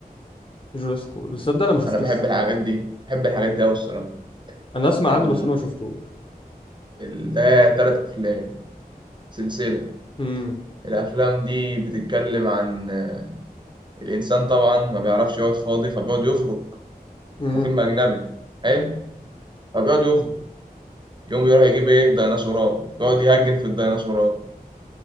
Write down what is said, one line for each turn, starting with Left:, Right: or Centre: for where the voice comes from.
Left: جوراسيك وورلد تصدق انا ما شفتوش
Right: انا بحب الحاجات دي بحب الحاجات دي قوي الصراحه
Left: انا اسمع
Right: ال...
Left: عنه بس انا ما شفتوش
Right: ال... ده تلات افلام سلسله
Left: امم
Right: الافلام دي بتتكلم عن آه، الانسان طبعا ما بيعرفش يقعد فاضي فبيقعد يفرك
Left: امم
Right: وفيلم اجنبي حلو فبيقعد يفرق يقوم يروح يجيب ايه ديناصورات يقعد يهجن في الديناصورات